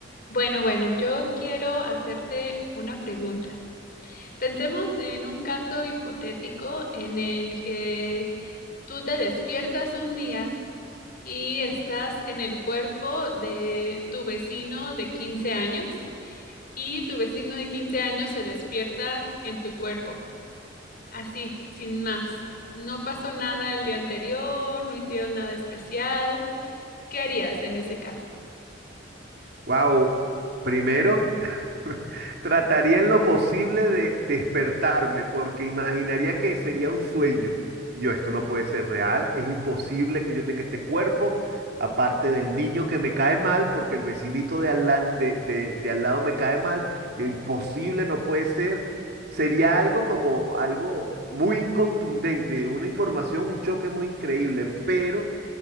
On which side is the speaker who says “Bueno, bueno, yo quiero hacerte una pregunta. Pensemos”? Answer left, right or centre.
Left